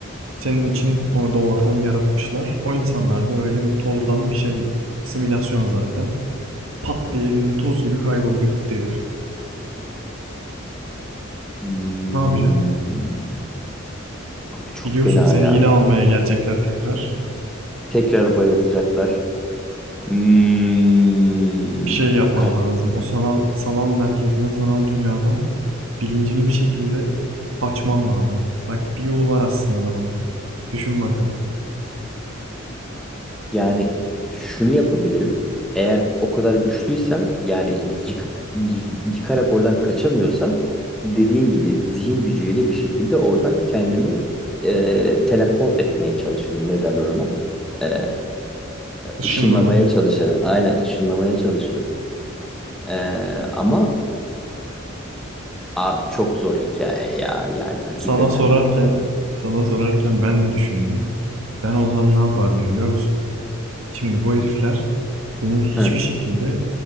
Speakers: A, on the right (about 85°); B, in the centre.
A: Senin için orada o ortamı yaratmışlar. O insanlar da öyle bir tozdan bir şey simülasyon zaten. Pat diye elinde toz gibi kayboldu gitti herif.
B: Hmm.
A: Ne yapacaksın?
B: Abi çok
A: Biliyorsun
B: fena
A: seni
B: ya.
A: yine almaya gelecekler tekrar.
B: Tekrar bayıltacaklar. Hmm.
A: Bir şey yapman
B: Kaç,
A: lazım. O sanal sanal merkezden, sanal dünyadan bilincini bir şekilde açman lazım. Bak bir yolu var aslında bunun. Düşün bakalım.
B: Yani şunu yapabilirim. Eğer o kadar güçlüysem yani yıkıp y- yıkarak oradan kaçamıyorsam dediğin gibi zihin gücüyle bir şekilde oradan kendimi e, teleport etmeye çalışırım. Ne derler ona? E,
A: Işınlamak.
B: ışınlamaya çalışırım. Aynen ışınlamaya çalışırım. E, ama abi çok zor hikaye ya. Yani hakikaten.
A: Sana sorarken, sana sorarken ben de düşündüm. Ben olsam ne yapardım biliyor musun? Şimdi bu herifler benim hiçbir
B: Hı
A: şekilde